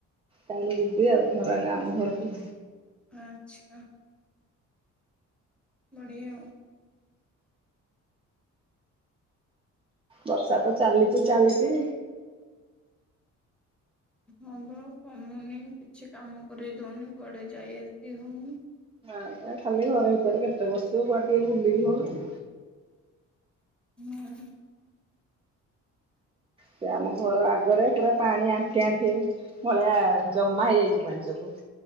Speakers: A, on the right; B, in the centre.
A: କାଲି ଯିବି ଆଉ ଘର ଆଗ ଆମ ଘରକୁ।
B: ଆଛା। ବଢ଼ିଆ ଆଉ।
A: ବର୍ଷା ତ ଚାଲିଚି ଚାଲିଚି।
B: ହବ କମୁନି କିଛି କାମ କରିଦଉନି କୁଆଡେ ଯାଇ ଆସି ହଉନି।
A: ଆଜ୍ଞା ଖାଲି ଘର ଭିତରେ କେତେ ବସିବ କୁଆଡେ ଟିକେ ବୁଲିବି ହଉନି।
B: ହୁଁ।
A: ସେ ଆମ ଘର ଆଗରେ ପୁରା ପାଣି ଆଣ୍ଠିଏ ଆଣ୍ଠିଏ ହେଇ ଭଳିଆ ଜମା ହେଇଯାଇଚି ପାଣି ସବୁ।